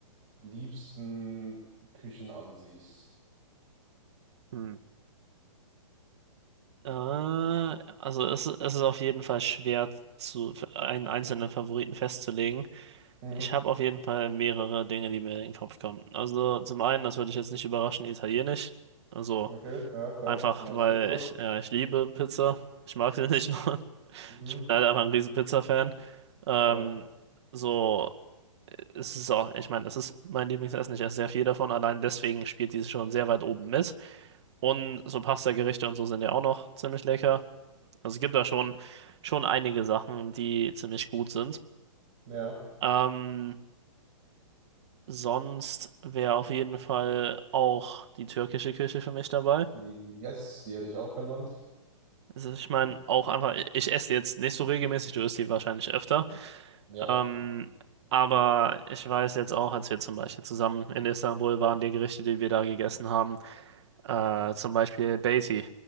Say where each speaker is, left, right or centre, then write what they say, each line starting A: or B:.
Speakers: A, on the right; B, on the right.
A: liebsten Küchen ansiehst.
B: Hm. Äh, also es, es ist auf jeden Fall schwer zu für einen einzelnen Favoriten festzulegen.
A: Mhm.
B: Ich habe auf jeden Fall mehrere Dinge, die mir in den Kopf kommen. Also zum einen, das würde ich jetzt nicht überraschen, Italienisch. Also
A: Okay, ja, klar.
B: einfach,
A: Du magst
B: weil
A: Pizza.
B: ich, ja, ich liebe Pizza. Ich mag sie <laughs> nicht nur.
A: Mhm.
B: Ich bin halt einfach ein riesen Pizza-Fan. Ähm,
A: Ja,
B: so, es ist auch, ich meine, das ist mein Lieblingsessen. Ich esse sehr viel davon. Allein deswegen spielt diese schon sehr weit oben mit. Und so Pasta-Gerichte und so sind ja auch noch ziemlich lecker. Also es gibt da schon, schon einige Sachen, die ziemlich gut sind.
A: ja.
B: Ähm, sonst wäre auf jeden Fall auch die türkische Küche für mich dabei.
A: Yes, die hätte ich auch genannt.
B: Also ich meine, auch einfach, ich esse jetzt nicht so regelmäßig, du isst die wahrscheinlich öfter.
A: Ja.
B: Ähm, aber ich weiß jetzt auch, als wir zum Beispiel zusammen in Istanbul waren, die Gerichte, die wir da gegessen haben, äh, zum Beispiel Beiti.